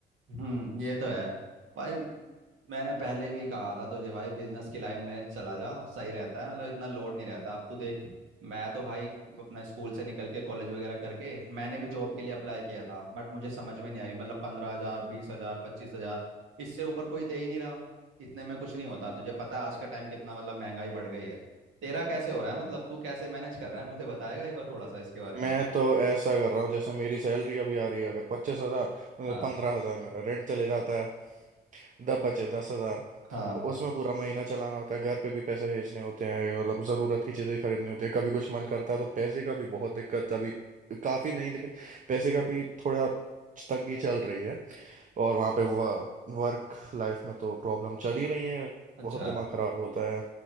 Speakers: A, on the right (about 80°); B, on the right (about 40°).
A: हम्म ये तो है भाई मैंने पहले भी कहा था तुझे भाई बिजनेस की लाइन में चला जा सही रहता है मतलब इतना लोड नहीं रहता अब तू देख मैं तो भाई अपना स्कूल से निकल के कॉलेज वगैरह करके मैंने भी जॉब के लिए अप्लाई किया था बट मुझे समझ में नहीं आई मतलब पंद्रह हजार बीस हजार पच्चीस हजार इससे ऊपर कोई दे ही नहीं रहा इतने में कुछ नहीं होता तुझे पता है आज का टाइम कितना मतलब महंगाई बढ़ गई है तेरा कैसे हो रहा है मतलब तू कैसे मैनेज कर रहा है मुझे बताएगा एक बार थोड़ा सा इसके बारे में
B: मैं तो ऐसा कर रहा हूँ जैसे मेरी सैलरी अभी आ रही है अगर पच्चीस हजार
A: हाँ
B: पंद्रह हजार मेरा रेंट चले जाता है दब बचे दस हजार
A: हाँ
B: उसमें पूरा महीना चलाना होता है घर पे भी पैसे भेजने होते हैं मतलब ज़रूरत की चीज़ें खरीदनी होती है कभी कुछ मन करता है तो पैसे का भी बहुत दिक्कत अभी काफ़ी नहीं लेकिन पैसे का भी थोड़ा तंगी चल रही है और वहाँ पे वर्क लाइफ में तो प्रॉब्लम चल ही रही है
A: अच्छा
B: बहुत दिमाग ख़राब होता है